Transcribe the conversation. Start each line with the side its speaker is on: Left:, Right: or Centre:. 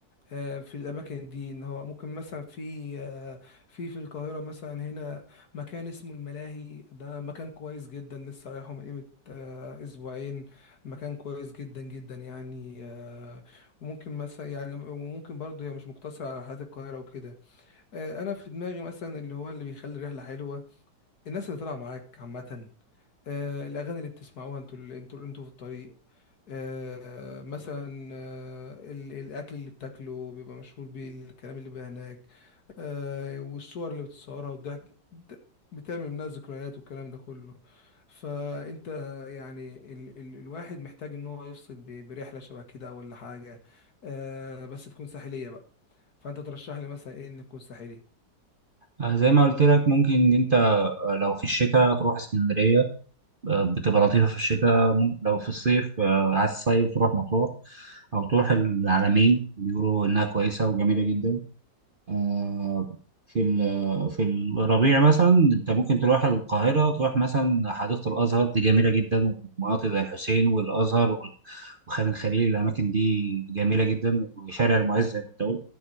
Left: آه، في الاماكن دي ان هو ممكن مثلا في آه، في في القاهره مثلا هنا مكان اسمه الملاهي ده مكان كويس جدا لسه رايحه من قيمه آه، اسبوعين مكان كويس جدا جدا يعني آه، وممكن مثلا يعني وممكن برضه هي مش مقتصره على رحلات القاهره وكده آه، انا في دماغي مثلا اللي هو اللي بيخلي الرحله حلوه الناس اللي طالعه معاك عامه آه، الاغاني اللي بتسمعوها انتوا اللي انتوا انتوا في الطريق آه، مثلا آه، ال- الاكل اللي بتاكله بيبقى مشهور بيه الكلام اللي بيبقى هناك آه، والصور اللي بتصورها والضحك د- بتعمل منها ذكريات والكلام ده كله فانت يعني ال ال الواحد محتاج ان هو يفصل ب- برحله شبه كده ولا حاجه آه، بس تكون ساحليه بقى فانت ترشح لي مثلا ايه ان تكون ساحلي
Right: آه، زي ما قلت لك ممكن ان انت آه، لو في الشتاء تروح اسكندرية آه، بتبقى لطيفة في الشتاء ممكن لو في الصيف آه، عايز الصيف تروح مطروح او تروح العلمين بيقولوا انها كويسة وجميلة جدا آه، في ال- في الربيع مثلا انت ممكن تروح القاهرة تروح مثلا حديقة الازهر دي جميلة جدا ومناطق زي الحسين والازهر وال- وخان الخليل الاماكن دي جميلة جدا وشارع المعز زي ما انت